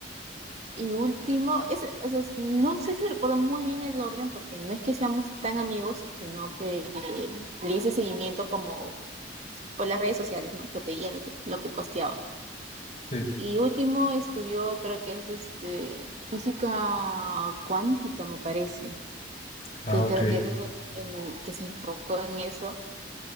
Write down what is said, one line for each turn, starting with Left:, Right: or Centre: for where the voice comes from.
Right: Y último, es, o sea, es- no sé si recuerdo muy bien el orden porque no es que seamos tan amigos, sino que le hice seguimiento como por las redes sociales, ¿no? Que pedía lo que, lo que posteaba.
Left: Sí.
Right: Y último estudió, creo que es este, física cuántica, me parece,
Left: Ah,
Right: que
Left: ok.
Right: creo que es lo en, que se enfocó en eso.